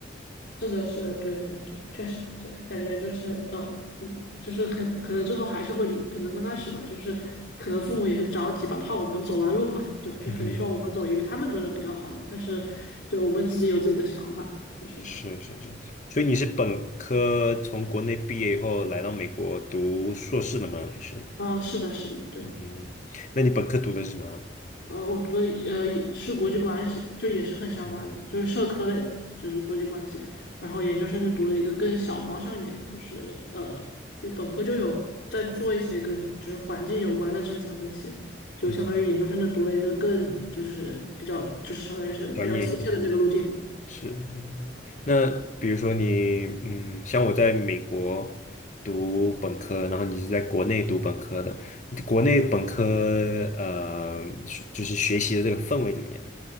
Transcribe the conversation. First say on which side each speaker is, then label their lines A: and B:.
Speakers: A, on the left (about 65°); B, on the left (about 40°).
A: 是的，是的，对对对，确实，对，感觉就是呃，嗯就是可可能最后还是会离，可能刚开始吧，就是可能父母也是着急吧，怕我们走弯路嘛，对吧？就肯定希望我们走一个他们觉得比较好的，
B: 嗯哼，
A: 但是对我们自己有自己的想法，就是，
B: 是是是。所以你是本科从国内毕业以后来到美国读硕士的吗？还是？
A: 嗯、是的，是的，对。
B: 嗯，那你本科读的是什么？
A: 呃，我读的呃是国际关系，就也是很相关的，
B: 嗯
A: 就是社科类的，就是国际关系。然后研究生就读了一个更小方向一点的，就是呃，因为本科就有在做一些跟就是环境有关的政策分析，就相当于研究生就读了一个更就是比较就是相当于是比较贴切的这个路径吧。
B: 嗯，专业一点。是是是那比如说你，嗯，像我在美国读本科，然后你是在国内读本科的，你国内本科呃，学就是学习的这个氛围怎么样？